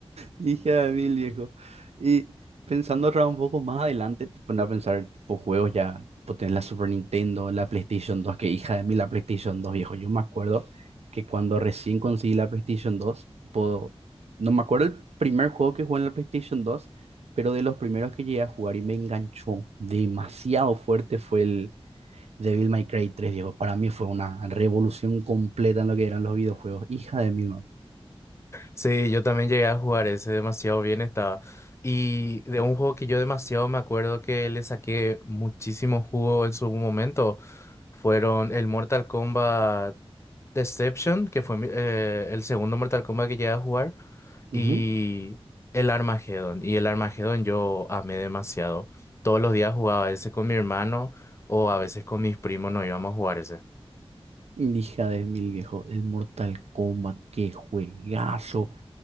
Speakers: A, on the right (about 85°); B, on the left (about 25°).
A: Hija de mil, viejo. Y pensando otra un poco más adelante, te pones a pensar, tipo, juegos ya, tipo, tenés la Super Nintendo, la PlayStation dos, que hija de mil la PlayStation dos, viejo. Yo me acuerdo que cuando recién conseguí la PlayStation dos, tipo, no me acuerdo el primer juego que jugué en la PlayStation dos, pero de los primeros que llegué a jugar y me enganchó demasiado fuerte fue el Devil May Cry tres, viejo. Para mí fue una revolución completa en lo que eran los videojuegos. Hija de mil,
B: Sí, yo también llegué a jugar ese, demasiado bien estaba. Y de un juego que yo demasiado me acuerdo que le saqué muchísimo jugo en su momento, fueron el Mortal Kombat Deception, que fue mi- eh, el segundo Mortal Kombat que llegué a jugar,
A: man.
B: y el Armageddon. Y el Armageddon yo amé demasiado. Todos los días jugaba ese con mi hermano o a veces con mis primos nos íbamos a jugar ese.
A: Hija de mil viejo, el Mortal Kombat, qué juegazo.